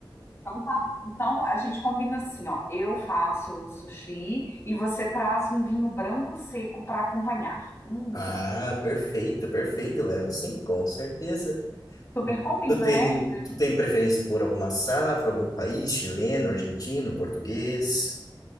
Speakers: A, on the left; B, on the left.
A: Então tá bom. Então a gente combina assim, ó. Eu faço o sushi e você traz um vinho branco seco para acompanhar. Hum,
B: Ah, perfeito, perfeito. Levo sim, com certeza.
A: super combina,
B: Tu tem,
A: né?
B: tu tem preferência por alguma safra, algum país, chileno, argentino, português?